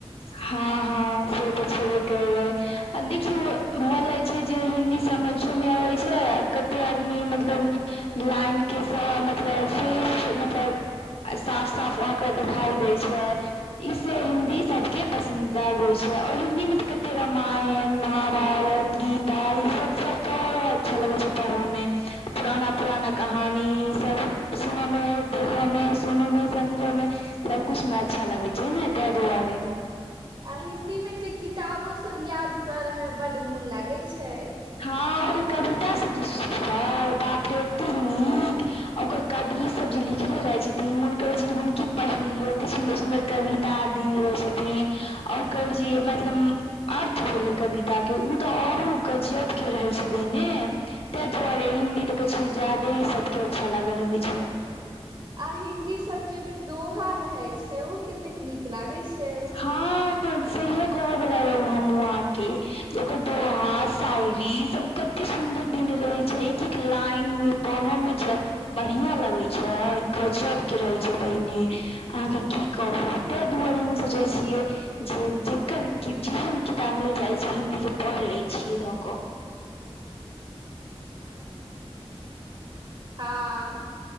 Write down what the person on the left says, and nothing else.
हँ हँ से तऽ छेबे करै आ देखियौ भऽ जाय छै जे हिन्दी समझोमे आबय छै कते आदमी मतलब लाइन के स मतलब <unintelligible> मतलब साफ साफ अहके देखाई दै छै इ से हिन्दी सब के पसन्दीदा होइ छै और हिन्दीमे तऽ कते रामायण महाभारत गीत तऽ ईसभ सभ तऽ अच्छा लगै छै पढ़यमे पुराना पुराना कहानी ईसभ सुनयमे देखयमे सुनयमे समझयम सबकुछु मे अच्छा लगै छै ने तैं दुआरे।
हँ कविता सब जे <unintelligible> बाप रे एते नीक। ओकर कवि सब जे लिखले रहे छथिन मोन करे छै हुनके पढ़लिय एते सुंदर सुंदर कविता आ <unintelligible> रहै छै। थिन ओकर जे मतलब अर्थ भेलै कविताके ऊ तऽ औरो गजब के रहय छै देने तैं दुआरे हिन्दी तऽ कहैत छै ज्यादे ही सभके अच्छा लागऽ रहैत छै।
हँ सेहे कह बोला रहु हम हु अहाँ के ओकर दोहा सायरी ई सब क कते सुदर दिन रहे छै एक एक लाइन मे परहऽ मे बढ़िया लगे छै गजब के रहे छै। पहिने अहाँके की कहू ताहि दुआरे हमहु सोचैय छियै जे जेकर जेहन किताब मिल जाइ छै हिन्दीके पढ़ि लैत छियै धऽ कऽ।